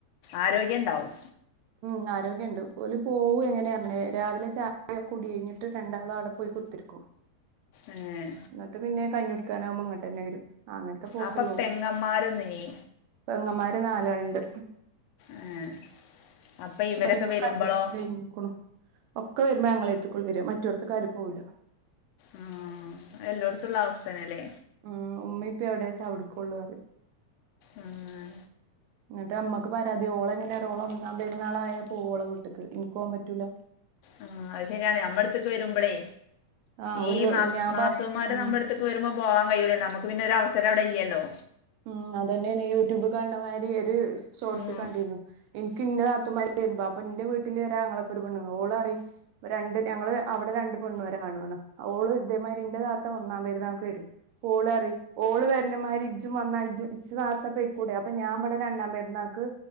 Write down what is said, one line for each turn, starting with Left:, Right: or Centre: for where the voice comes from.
Left: ആരോഗ്യം ഇണ്ടാവും
Right: ഉം ആരോഗ്യം ഇണ്ട് ഓൽ പോവും എങ്ങനെ അങ്ങനെ രാവിലെ ചായ കുടി കഴിഞ്ഞ് ട്ട് രണ്ടാളും അയുടെ പോയി കുത്തെർക്കും
Left: ഏഹ്
Right: ഇന്നെട്ട് പിന്നെ കഞ്ഞി കുടിക്കാനാകുമ്പോ ഇങ്ങെട്ടെന്നെ വെരും അങ്ങനത്തെ പോക്കൊള്ളു
Left: അപ്പം പെങ്ങന്മാരൊന്നില്ലേ
Right: പെങ്ങന്മാര് നാലാൾ ഇണ്ട്
Left: ഏഹ് അപ്പം ഇവരൊക്കെ
Right: ഒലെ ഒക്കെ
Left: വരുമ്പോഴോ
Right: കല്യാണം കഴിഞ്ഞുക്കുണു ഒക്കെ വെരുമ്പോ ഞങ്ങളെ എട്ത്ത്ക്കൊള്ളു വെരാ മറ്റോട്ത്ത്ക്ക് ആരും പോവുലാ
Left: ആഹ് അഹ് എല്ലൊട്ത്തും ഉള്ള അവസ്ഥെന്നെ ലെ
Right: ഉം ഉമ്മിം ഉപ്പിം എവിടെച്ചാ അവ്ട്ക്കൊള്ളു പറിയാ
Left: ആഹ്
Right: എന്നെട്ട് അമ്മെക്ക് പരാതി ഓൾ എങ്ങനെ അറിയോ ഒന്നാം പെര്ന്നാൾ ആയ പോവും ഒളെ വീട്ട്ക്ക് ഇൻക്ക് പോവാൻ പറ്റൂലാ
Left: ആഹ് അഹ് ശരിയാണ് നമ്മളെ എട്ത്ത്ക്ക് വെരുംമ്പളെ
Right: ആഹ് ഓല്
Left: ഈ നാ
Right: ഞാൻ
Left: നാത്തൂന്മാര്
Right: പറയും ഉം
Left: നമ്മടെ എട് ത്ത്ക്ക് വെരുമ്പോ പോവാൻ കഴിയൂലല്ലോ നമ്മെക്ക് പിന്നെ ഒരു അവ്സെരം അയുടെ ഇല്ലെല്ലോ
Right: ഉം അതെന്നെയാണെ യൂട്യൂബ് ക കാൺണ്ണ മായിരി ഒര് ഷോർട്സ്
Left: ഉം.
Right: കണ്ടിരുന്നു ഇൻക്ക് ഇന്റെ നാത്തുന്മാര് വെരുമ്പം അപ്പ ഇന്റെ വീട്ടിൽ ഒര് ആങ്ങളെക്ക് ഒര് പെണ്ണ്ങ്ങെൾ ഓൾ പറിം ഇപ്പം രണ്ട് ഞങ്ങൾ അവ്ടെ രണ്ട് പെണ്ണും ഒര് ആണും ആണ് ഓൾ ഇതെ മായിരി ഇന്റെ താത്ത ഒന്നാം പെര്ന്നാക്ക് വെരും ഓൾ പറിം ഓൾ വെര്ണ മാരി ഇജ് ഇജും വന്നാ ഇജും ഇച്ച് നാർത്തെ പോയിക്കൂടെ അപ്പം ഞാം ഇബെടെ രണ്ടാം പെര്ന്നാക്ക്